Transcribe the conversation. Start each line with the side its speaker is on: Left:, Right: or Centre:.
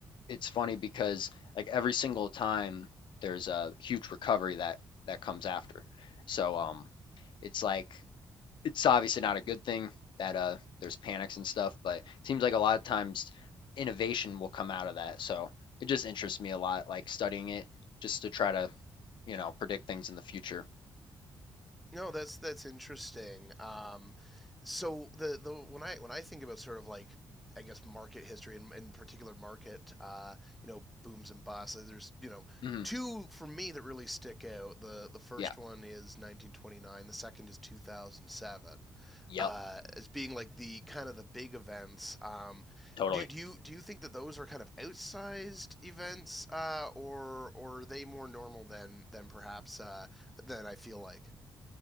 Left: it's funny because like every single time there's a huge recovery that that comes after. So um it's like it's obviously not a good thing that uh there's panics and stuff, but it seems like a lot of times innovation will come out of that. So it just interests me a lot like studying it just to try to, you know, predict things in the future.
Centre: No, that's that's interesting. Um, so the the when I when I think about sort of like I guess market history and in particular market uh, you know booms and busts. uh, There's you know
Left: hmm
Centre: two for me that really stick out. The the first
Left: Yeah.
Centre: one is 1929. The second is 2007
Left: Yep.
Centre: uh, as being like the kind of the big events. Um,
Left: Totally.
Centre: do do you do you think that those are kind of outsized events uh, or or are they more normal than than perhaps uh, than I feel like?